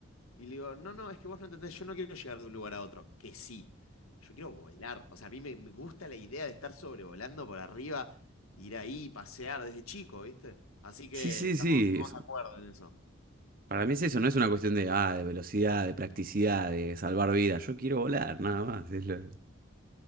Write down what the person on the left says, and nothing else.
Y le digo, no, no, es que vos no entendés, yo no quiero llegar de un lugar a otro. Que sí, yo quiero volar. O sea, a mí me, me gusta la idea de estar sobrevolando por arriba, ir ahí, pasear desde chico, ¿viste? Así que
estamos,
estamos
de acuerdo en eso.